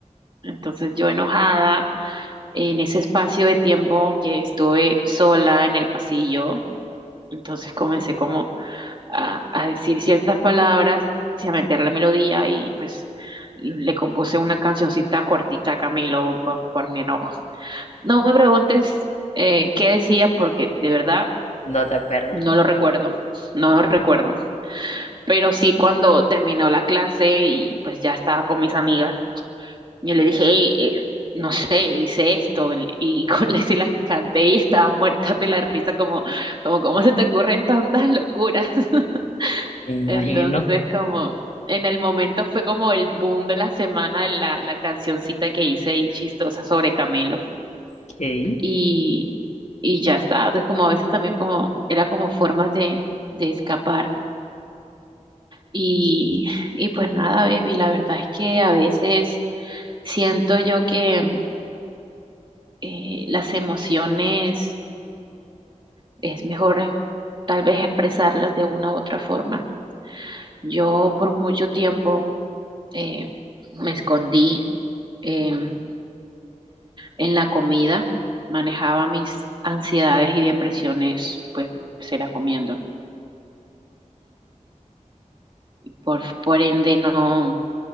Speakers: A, on the right; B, on the left.
A: Entonces, yo enojada en ese espacio de tiempo que estuve sola en el pasillo, entonces comencé como a, a decir ciertas palabras y a meter la melodía y pues le compuse una cancioncita cortica a Camilo por, por mi enojo. No me preguntes eh, qué decía porque de verdad
B: ¿No te acuerdas?
A: no lo recuerdo, no lo recuerdo. Pero sí cuando terminó la clase y pues ya estaba con mis amigas, yo le dije, "Ey, eh, no sé, hice esto y con <laughs> la- se las canté y estaban muertas de la risa como, como, ¿cómo se te ocurren tantas locuras? <laughs>
B: Me imagino
A: Entonces como en el momento fue como el boom de la semana la, la cancioncita que hice y chistosa sobre Camilo.
B: que
A: y, y ya está. O sea, como a veces también como, era como formas de, de escapar. Y, <laughs> y pues nada, baby, la verdad es que a veces siento yo que eh, las emociones es mejor eh, tal vez expresarlas de una u otra forma. Yo por mucho tiempo eh, me escondí em, en la comida, manejaba mis ansiedades y depresiones, pues era comiendo. por, por ende no,